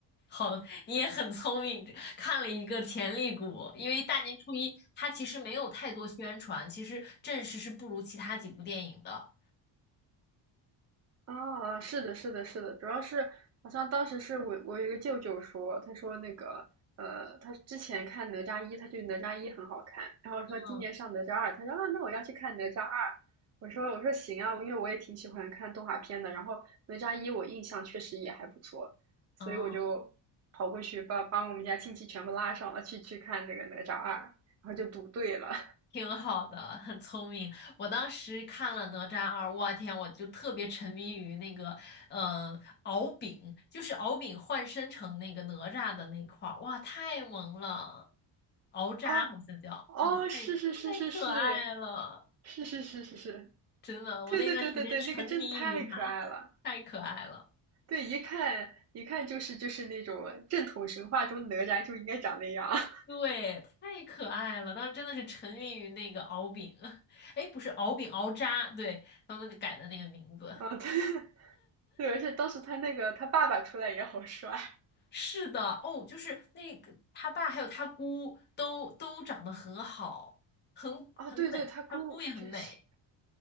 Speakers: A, on the left; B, on the right.
A: 好，你也很聪明，看了一个潜力股。因为大年初一它其实没有太多宣传，其实阵势是不如其他几部电影的。
B: 啊，哦是的，是的，是的，主要是好像当时是我我有一个舅舅说，他说那个呃，他之前看哪吒一，他觉得哪吒一很好看，然后说今年上哪吒二，
A: 嗯
B: 他说啊，那我要去看哪吒二。我说我说行啊，因为我也挺喜欢看动画片的，然后哪吒一我印象确实也还不错，所以我就
A: 嗯，
B: 跑过去把把我们家亲戚全部拉上了去去看那个哪吒二，然后就赌对了，
A: 挺好的，很聪明。我当时看了《哪吒二》，我天，我就特别沉迷于那个，嗯、敖丙，就是敖丙换身成那个哪吒的那块儿，哇，太萌了，敖吒好像叫，
B: 哦，哦，
A: 哦，
B: 是是是是是，
A: 太太可爱了。
B: 是是是是是，
A: 真的，
B: 对对对对对，
A: 我那段时间沉迷于他，
B: 那个真的太可爱了，
A: 太可爱了。
B: 对，一看一看就是就是那种正统神话中哪吒就应该长那样，<laughs>
A: 对，太可爱了，当时真的是沉迷于那个敖丙，<laughs> 哎，不是敖丙，敖吒，对，他们改的那个名字。
B: 啊，对 <laughs> 对，而且当时他那个他爸爸出来也好帅，
A: 是的，哦，就是那个他爸还有他姑都都长得很好，很很美，
B: 哦，对对，他姑确实，
A: 他姑也很美。